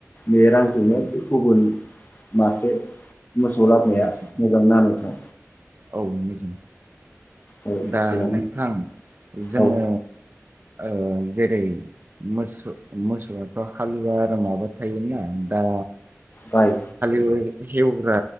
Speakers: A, on the left; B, on the right.
A: बे रांजोंनो
B: औ
A: गु गुबुन मासे मोसौ
B: होननासिम
A: लाबोनाया मोजांना नोंथां?
B: औ मोजां
A: औ
B: दा
A: थिगानो
B: नोंथां जोङो
A: औ
B: ओ जे ओइ मोसौ मोसौआथ' हालुवा आरो माबा थायोना दा
A: बाय
B: बेवाय हेवग्रा